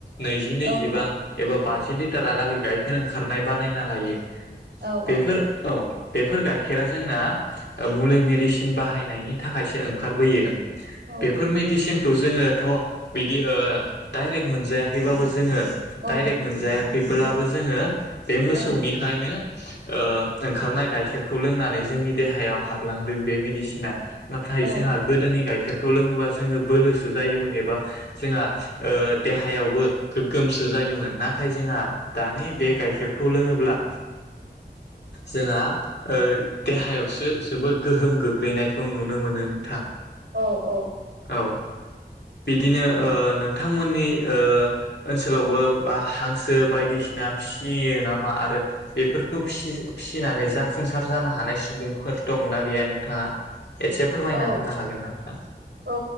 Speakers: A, on the left (about 85°); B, on the right (about 75°).
A: नैजि नैजिबा
B: औ नोंथां
A: एबा बाजि लिटारहा लागै गाइखेर ओंखारनाय बानायना लायो ।
B: औ
A: बेफोर
B: औ
A: औ । बेफोर गाइखेरा जोंना मुलि मेडिसिन बाहायनायनि थाखायसो ओंखारबोयो ।
B: औ
A: बेफोर मेडिसिन खौ जोङोथ' बिदि ओ दाइरेक्ट मोनजाया खैबाबो जोङो दाइरेक्ट
B: औ
A: मोनजायाखैब्लाबो बो जोङो बे मोसौनिफ्रायनो
B: औ
A: ओ ओंखारनाय गाइखेरखौ लोंनानै जोंनि देहायाव हाबलांदों बे मेडिसिना । नाथाय
B: औ
A: जोंहा गोदोनि गाइखेर खौ लोङोबा जोङो बोलोसो जायोमोन एबा जोंहा ओ देहायावबो गोगगोमसो जायोमोन ना थाय जोंहा दानि बे गाइखेर खौ लोङोब्ला जोंहा ओ देहायावसो जोबोर गोहोम गोग्लैनायखौ नुनो मोनो नोंथां ।
B: औ औ ।
A: औ । बिदिनो ओ नोंथांमोननि ओ ओनसोलावबो बा हांसो बायदिसिना फियो नामा? मा आरो बेफोरखौ फिसिनानै जाफुंसार जानो हानाय सुबुंफोर दंना गैया नोंथाङा एसे फोरमायना
B: औ
A: होनो हागोन ना नोंथां?
B: औ